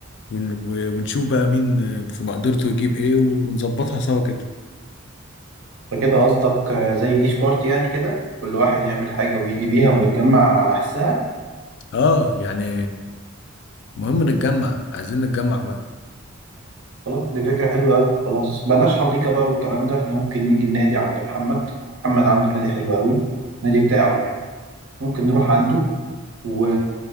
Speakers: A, on the left; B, on the right.
A: ون- و- ونشوف بقى مين آه، في مقدرته يجيب إيه ونظبطها سوا كده
B: فكده قصدك آه، زي ديش بارتي يعني كده كل واحد يعمل حاجه ويجي بيها ونتجمع على حسها
A: آه يعني مهم نتجمع عايزين نتجمع بقى
B: خلاص دي فكرة حلوة أوي خلاص بلاش حديقة بقى والكلام ده احنا ممكن نيجي النادي عند محمد محمد عنده نادي حلو أوي النادي بتاعه يعني ممكن نروح عنده و...